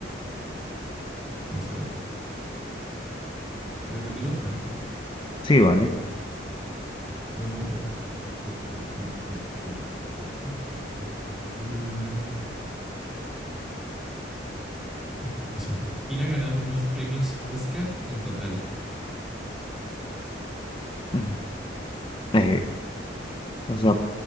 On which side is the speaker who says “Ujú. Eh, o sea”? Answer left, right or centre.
Left